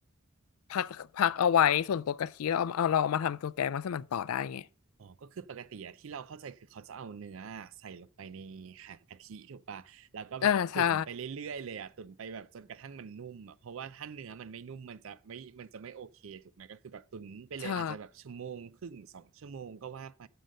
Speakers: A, on the left; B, on the right.
A: พักพักเอาไว้ส่วนตัวกะทิเราเอาเอาเราเอามาทำตัวแกงมัสมั่นต่อได้ไง
B: อ๋อก็คือปกติอะที่เราเข้าใจคือเขาจะเอาเนื้อใส่ลงไปในหางกะทิถูกปะแล้วก็แบบตุ๋นไปเรื่อยๆเลยอะตุ๋นไปแบบจนกระทั่งมันนุ่มอะเพราะว่าถ้าเนื้อมันไม่นุ่มมันจะไม่มันจะไม่โอเคถูกไหมก็คือแบบตุ๋นไปเลยอาจจะแบบชั่วโมงครึ่งสองชั่วโมงก็ว่าไป
A: อ่าใช่ใช่